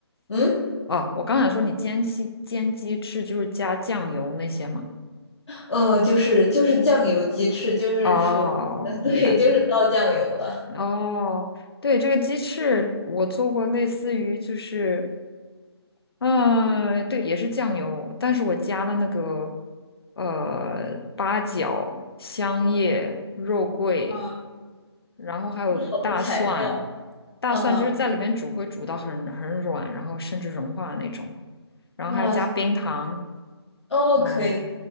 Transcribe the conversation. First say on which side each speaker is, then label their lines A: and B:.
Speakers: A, on the left (about 80°); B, on the left (about 60°).
A: 嗯，
B: 哦，我刚想说你煎鸡煎鸡翅就是加酱油那些吗？
A: 呃，就是就是酱油鸡翅，就是除，
B: 哦，
A: 呃对，
B: 明白。
A: 就是倒酱油的。
B: 哦，对，这个鸡翅我做过，类似于就是，嗯、对，也是酱油，但是我加了那个呃八角、香叶、肉桂，
A: 啊，
B: 然后还有大蒜，
A: 好多材料。
B: 大蒜就是在里面煮会煮到很很软，
A: 嗯，
B: 然后甚至融化的那种，然后还要加冰糖。
A: 哇塞哦，
B: 哦，
A: 可以，